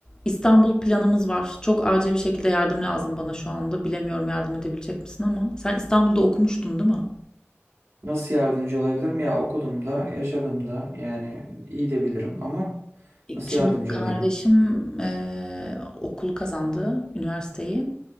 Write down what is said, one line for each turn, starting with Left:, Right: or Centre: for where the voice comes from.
Left: İstanbul planımız var. Çok acil bir şekilde yardım lazım bana şu anda. Bilemiyorum yardım edebilecek misin ama sen İstanbul'da okumuştun, değil mi?
Right: Nasıl yardımcı olabilirim? Ya okudum da, yaşadım da yani iyi de bilirim ama nasıl
Left: Şimdi
Right: yardımcı
Left: kardeşim
Right: olayım?
Left: eee, okulu kazandı, üniversiteyi.